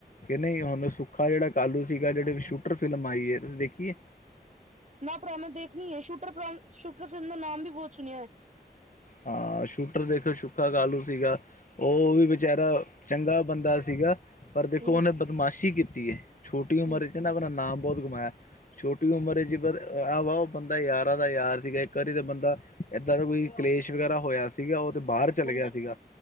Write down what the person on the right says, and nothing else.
ਨਾ ਭਰਾ ਦੇਖਣੀ ਹੈ। ਸ਼ੂਟਰ ਸ਼ੂਟਰ ਫਿਲਮ ਦਾ ਨਾਮ ਵੀ ਬਹੁਤ ਸੁਣਿਆ ਹੈ।
ਹਮ
ਹਮ
ਹਾਂਜੀ